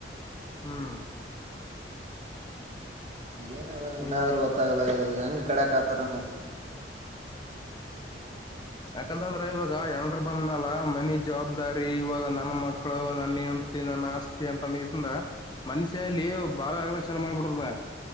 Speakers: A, on the left; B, on the right.
A: ಹ್ಮ್.
B: ಏನಾದ ಇನ್ನಾದರೂ
A: ಇವಾಗ
B: ಗೊತ್ತಾಗಲ್ಲ ಹೆಂಗ ಕಡಕ್ ಆತಾರನದು.
A: ಯಾಕಂತಂದ್ರ ಇವಾಗ ಎನ್ರು ಬಂದನಾಲ ಮನಿ ಜವಾಬ್ದಾರಿ ಇವಾಗ ನನ್ ಮಕ್ಳು ನನ್ನ್. ನನ್ನ ಆಸ್ತಿ ಅಂತಿಂದ ಮನುಷ್ಯಲ್ಲಿ ಬಳ ಆಗಲ ಚಲ ಮಾಡ್ಬಿಡ್ತದ.